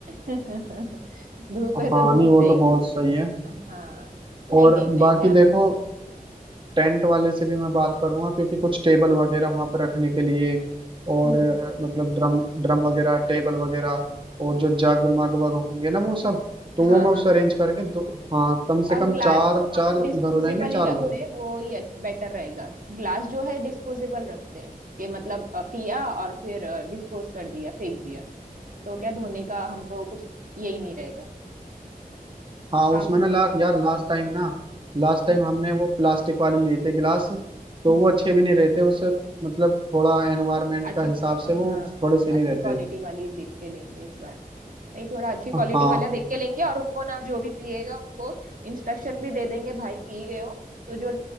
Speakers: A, on the right; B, on the right.
A: <laughs> धूप
B: हाँ
A: है तो धूप
B: नहीं वो
A: है
B: तो
A: ही
B: बहुत सही है
A: ना हाँ नहीं
B: और
A: नहीं मैं
B: बाकी
A: ख्याल
B: देखो टेंट वाले से भी मैं बात कर लूंगा क्योंकि कुछ टेबल वगैरह वहां पर रखने के लिए और
A: हम्म
B: अ, मतलब ड्रम ड्रम वगैरह टेबल वगैरह और जो जग मग वग होंगे ना वो सब तो वो
A: हाँ
B: मैं
A: हाँ
B: उससे अरेंज
A: हाँ
B: करके दो हाँ कम से
A: और
B: कम
A: ग्लास
B: चार
A: तो
B: चार
A: हम डिस्पोजेबल
B: इधर हो जाएंगे चार
A: ही रखते
B: उधर
A: हैं वो ही बेटर रहेगा ग्लास जो है डिस्पोजेबल रखते हैं कि मतलब अ, पिया और फिर डिस्पोज कर दिया फेंक दिया तो क्या धोने का हमको कुछ यही नहीं रहेगा
B: हाँ
A: काम
B: उसमें
A: ही
B: ना
A: नहीं
B: ला,
A: रहेगा
B: यार लास्ट टाइम ना लास्ट टाइम
A: हम्म
B: हमने वो प्लास्टिक वाले लिए थे गिलास तो
A: हम्म
B: वो अच्छे भी नहीं रहते उससे मतलब थोड़ा एनवायरमेंट
A: अच्छी
B: का हिसाब
A: क-
B: से
A: हाँ
B: वो थोड़े से नहीं
A: अच्छी
B: रहते
A: क्वालिटी वाली देख के लेंगे इस बार नहीं थोड़ा अच्छी क्वालिटी
B: हाँ
A: वाला देख के लेंगे और उनको ना जो भी पिएगा उनको इंस्ट्रक्शन भी दे देंगे भाई पी रहे हो तो जो